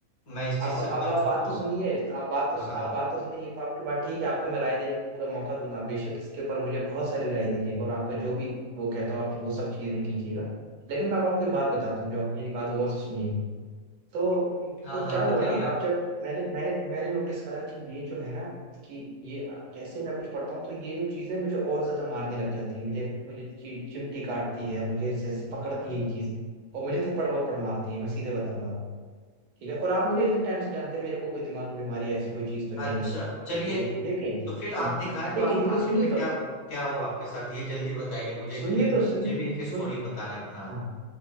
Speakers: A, on the left; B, on the right.
A: मैं इस चीज
B: अब
A: से बच
B: अब आप
A: चुका
B: बात तो
A: हूँ
B: सुनिए आप बात तो
A: हाँ हाँ
B: आप बात तो सुनिए ये तो आपकी बात ठीक है आपको मैं राय देने का पूरा मौका दूंगा आप बेशक इसके ऊपर मुझे बहुत सारी राय दीजिएगा और आपका जो भी वो कहता हो आप वो सब चीजें कीजिएगा लेकिन मैं अब आपको एक बात बताता हूँ जो आप मेरी बात गौर से सुनिएगा तो
A: हाँ
B: तो क्या
A: हाँ
B: हुआ
A: बताइए
B: ना
A: आप
B: अब जब मैंने मैंने मैंने नोटिस करा कि ये जो है ना कि ये आ, जैसे मैं कुछ पढ़ता हूँ तो ये जो चीजें मुझे और ज्यादा मारने लग जाती है मुझे मुझे चि- चिमटी काटती है मुझे जैसे पकड़ती है ये चीज और मुझे थप्पड़ वप्पड़ मारती है मैं सीधे बताऊंगा ठीक है और आप मुझे इतने टाइम से जानते हैं मेरे को कोई दिमाग की बीमारी ऐसी कोई चीज तो
A: अच्छा
B: है नहीं
A: चलिए
B: ठीक है लेकिन
A: तो फिर आप दिखाएं तो
B: लेकिन
A: आप
B: लेकिन
A: आखिर
B: सुनिए
A: में क्या
B: तो
A: क्या हुआ आपके साथ ये जल्दी बताइए मुझे
B: सुनिए
A: क्योंकि मुझे
B: तो सुनिए
A: भी एक
B: सुन
A: स्टोरी बताना है अपना
B: हाँ